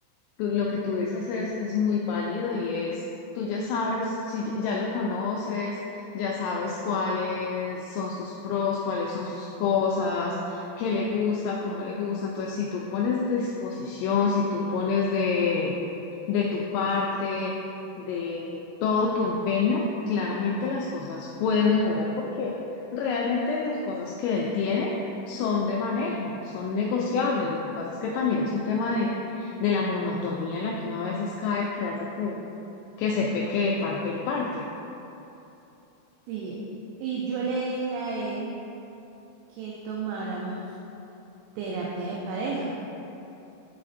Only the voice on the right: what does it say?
Sí. Y yo le dije a él que tomáramos terapia de pareja.